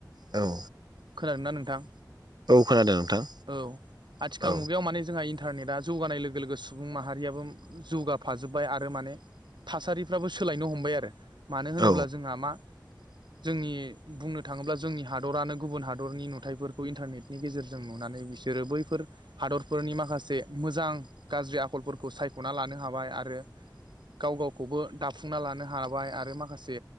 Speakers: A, on the right; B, on the right.
A: औ
B: खोनादों ना नोंथां
A: खोनादों नोंथां
B: औ आथिखाल
A: औ
B: मुगायाव माने जोंहा इन न्टारनेटआ जौगानाय लोगो लोगो सुबुं माहारियाबो जौगाफाजोब्बाय आरो माने थासारिफ्राबो सोलायनो हमबाय आरो मानो होनोब्ला
A: औ
B: जोंहा मा जोंनि बुंनो थाङोब्ला जोंनि हादरानो गुबुन हादरनि नुथायफोरखौ इन्टारनेटनि गेजेरजों नुनानै बि सोरो बैफोर हादरफोरनि माखासे मोजां गाज्रि आखलफोरखौ सायख'ना लानो हाबाय आरो गाव गावखौबो दाफुंना लानो हाबाय आरो माखासे